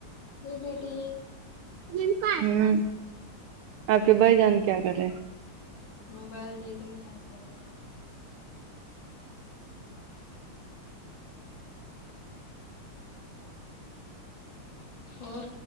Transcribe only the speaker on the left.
یہ بیٹی
موبائل دیکھ رہ ہمارے ہوں اور